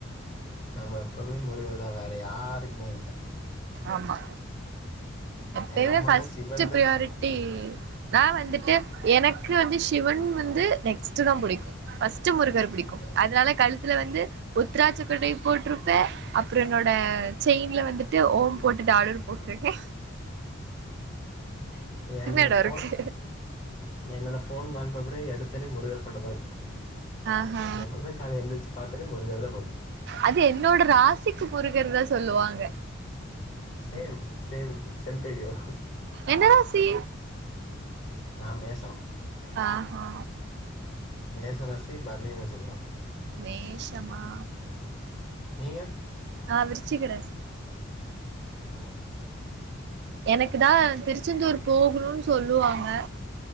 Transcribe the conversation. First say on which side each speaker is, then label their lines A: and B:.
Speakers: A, on the left; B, on the right.
A: நம்ம எப்பமே முருகர் தா வேற யாருக்குமே இல்ல
B: ஆமா எப்பமே
A: எங்க அம்மாதா
B: ஃப்ஸ்ட்
A: சிவனுக்கு
B: பிரயாரிட்டி தா வந்துட் டு எனக்கு வந்து சிவன் வந்து நெக்ஸ்ட் தா புடிக்கும் ஃப்ஸ் த்து முருகர புடிக்கு
A: தா
B: அதனால கல்து இதுல வந்து உத்தராட்சக் கொட்டையப் போட்டிருப்பே அப்புறோ என்னோட செயின்ல வந்துட்டு ஓம் போட்டுட்டு டாலர் போட்டுருக்கே
A: என்னோட
B: எடோ
A: ஃபோன்
B: இருக்கு
A: என்னோட ஃபோன் வால்பேப்பரே எடுத்தனே முருகர் ஃபோட்டோதா இருக்கு
B: ஆஹா
A: எப்பவுமே கால எந்தந்துச்சு பாத்தான முருகர்த
B: அது என்னோட ராசிக்கு முருகறதா சொல்லுவாங்க
A: same same same to you
B: என்ன ராசி
A: நா மேஷோ
B: ஆஹா
A: மேச ராசி பரணி நட்சத்திரோ
B: மேஷமா
A: நீங்க
B: ஆ விருச்சிக ராசி
A: ஓ
B: எனக்கு தா திருச்செந்தூர் போகணுனு சொல்லுவாங்க